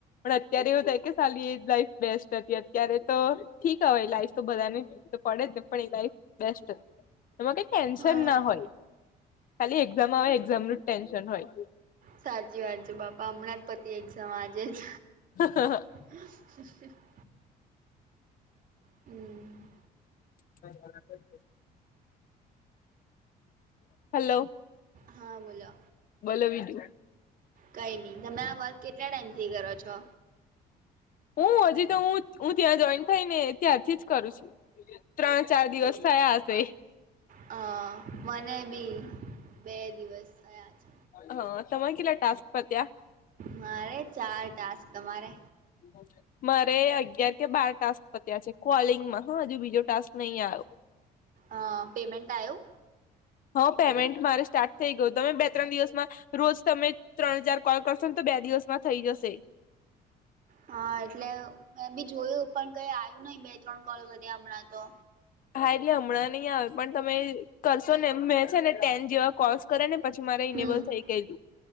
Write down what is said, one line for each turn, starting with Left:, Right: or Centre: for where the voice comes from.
Left: પણ અત્યારે એવું થાય કે સાલી એજ લાઈફ બેસ્ટ હતી અત્યારે તો. ઠીક હવે એ લાઈફ તો બધાને તો પડે જ ને પણ એ લાઈફ બેસ્ટ એમાં કઈ. ટેન્શન
Right: હા
Left: ના હોય ખાલી એક્ઝામ આવે એક્ઝામનું જ ટેન્શન હોય.
Right: સાચી વાત છે બાપા હમણાં જ પતિ એક્ઝામ આજે જ.
Left: હા હા.
Right: <inaudible> હમમ.
Left: <inaudible> હાલો.
Right: હા બોલો
Left: બોલો બીજું
Right: કઈ ની તમે આ વર્ક કેટલા ટાઈમ થી કરો છો?
Left: હું હજી તો હું હું ત્યાં જોઈન થાય ને ત્યાારથી જ કરું છું ત્રણ ચાર દિવસ થયા હશે
Right: અ મને બી બે દિવસ થયા છે.
Left: હ તમા કેટલા ટાસ્ક પત્યા?
Right: મારે ચાર ટાસ્ક તમારે?
Left: <inaudible> મારે અગિયાર કે બાર ટાસ્ક પત્યા છે, કોલિંગમાં હ હજુ બીજો ટાસ્ક નહીં આયો
Right: અ પેમમેન્ટ આયુ
Left: હ પેમેન્ટ મારે સ્ટાર્ટ થઈ ગયું તમે બે ત્રણ દિવસમાં રોજ તમે ત્રણ હજાર કોલ કરશો ને તો બે દિવસમાં થઈ જશે
Right: હા એટલે મે બી જોયું પણ કઈ આવ્યું નહી બે ત્રણ કોલ કર્યા હમણાં તો
Left: હા એટલે હમણાં નહીં આવે પણ તમે કરશો ને મેં છે, ને ટેન જેવા કોલસ કરે ને પછી મારે ઇનેબલ
Right: હમ
Left: થઈ ગયેલું